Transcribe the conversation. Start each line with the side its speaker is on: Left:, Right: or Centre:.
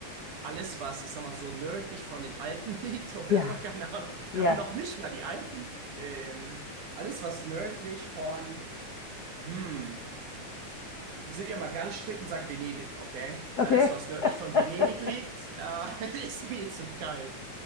Right: alles, was, ich sag mal, so nördlich von den Alpen <laughs> liegt, oder
Left: Ja,
Right: keine Ahnung,
Left: ja.
Right: noch noch nicht mal die Alpen, ähm, alles, was nördlich von, hm, sind wir mal ganz strikt und sagen Venedig, okay?
Left: Okay.
Right: Alles, was nördlich
Left: <laughs>
Right: von Venedig liegt, äh, <laughs> ist mir zu kalt.